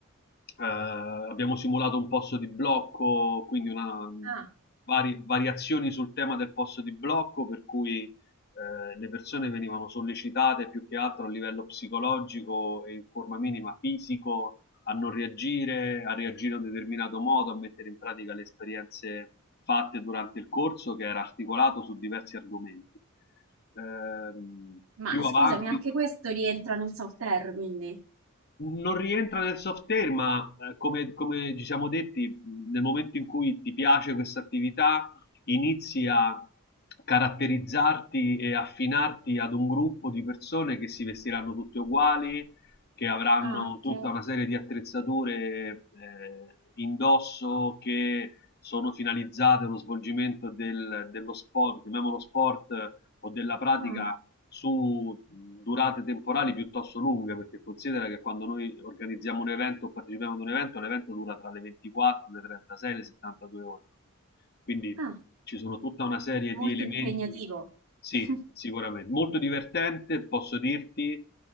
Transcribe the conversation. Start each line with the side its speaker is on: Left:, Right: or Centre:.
Left: eh, abbiamo simulato un posto di blocco, quindi una,
Right: Ah,
Left: vari- variazioni sul tema del posto di blocco, per cui eh, le persone venivano sollecitate più che altro a livello psicologico e in forma minima fisico a non reagire, a reagire in un determinato modo, a mettere in pratica le esperienze fatte durante il corso che era articolato su diversi argomenti. Ehm,
Right: ma
Left: più
Right: scusami,
Left: avanti,
Right: anche questo rientra nel software, quindi.
Left: non rientra nel software, ma eh, come come ci siamo detti, mhmm, nel momento in cui ti piace questa attività, inizi a caratterizzarti e affinarti ad un gruppo di persone che si vestiranno tutte uguali, che avranno
Right: Ah, ok.
Left: tutta una serie di attrezzature eh, indosso che sono finalizzate allo svolgimento del- dello sport, chiamiamolo sport eh, o della pratica
Right: Ah,
Left: su durate temporali piuttosto lunghe, perché considera che quando noi organizziamo un evento o partecipiamo ad un evento, l'evento dura tra le 24, le 36 e le 72 ore. Quindi
Right: ah,
Left: ci sono tutta una serie
Right: molto
Left: di elementi
Right: impegnativo.
Left: sì,
Right: <laughs>
Left: sicuramente. Molto divertente, posso dirti,